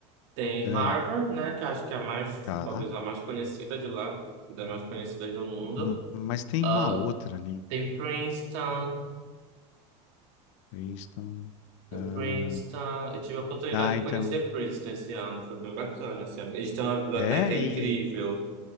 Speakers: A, on the right; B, on the left.
A: Tem
B: ah,
A: Harvard, né? Que eu acho que é a mais,
B: tá.
A: talvez a mais conhecida de lá, uma das mais conhecidas do mundo.
B: Hum, Mas tem
A: Ah,
B: uma outra ali.
A: tem Princeton,
B: Princeton.
A: tem
B: Ah,
A: Princeton. Eu tive a oportunidade
B: ah,
A: de
B: então.
A: conhecer Princeton esse ano, foi bem bacana, assim. Eles têm uma biblioteca
B: É,
A: incrível.
B: e.